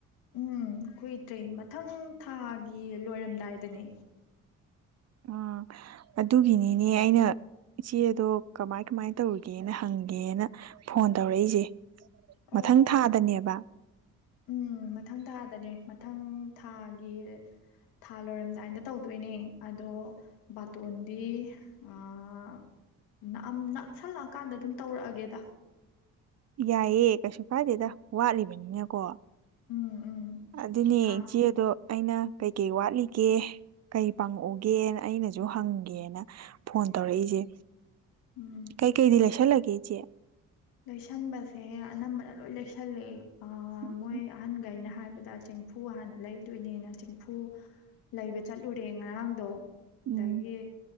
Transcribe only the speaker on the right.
ꯎꯝ ꯑꯗꯨꯒꯤꯅꯤꯅꯦ ꯑꯩꯅ ꯏꯆꯦꯗꯣ ꯀꯃꯥꯏ ꯀꯃꯥꯏꯅ ꯇꯧꯔꯒꯦꯅ ꯍꯪꯒꯦꯅ ꯐꯣꯟ ꯇꯧꯔꯛꯏꯁꯦ
ꯃꯊꯪ ꯊꯥꯗꯅꯦꯕ
ꯌꯥꯏꯑ ꯀꯩꯁꯨ ꯀꯥꯏꯗꯦꯗ ꯋꯥꯠꯂꯤꯕꯅꯤꯅꯀꯣ
ꯑꯗꯨꯅꯦ
ꯏꯆꯦꯗꯣ ꯑꯩꯅ ꯀꯩꯀꯩ ꯋꯥꯠꯂꯤꯒꯦ ꯀꯩ ꯄꯥꯡꯉꯛꯎꯒꯦꯅ ꯑꯩꯅꯁꯨ ꯍꯪꯒꯦꯅ ꯐꯣꯟ ꯇꯧꯔꯛꯏꯁꯦ
ꯀꯥꯏ ꯀꯩ ꯂꯁꯥ ꯂꯒꯦꯆꯦ
ꯎꯝ
ꯎꯝ